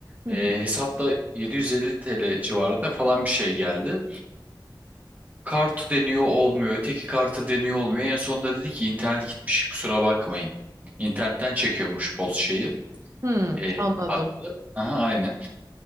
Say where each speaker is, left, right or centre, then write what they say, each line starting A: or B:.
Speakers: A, on the right; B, on the right.
A: Hı
B: Ee,
A: hı.
B: hesapta 750 TL civarında falan bir şey geldi. Kartı deniyor olmuyor. Öteki kartı deniyor olmuyor. En sonunda dedi ki internet gitmiş. Kusura bakmayın. İnternetten çekiyormuş poz şeyi.
A: Hı,
B: E,
A: anladım.
B: hattı. Aha, aynen.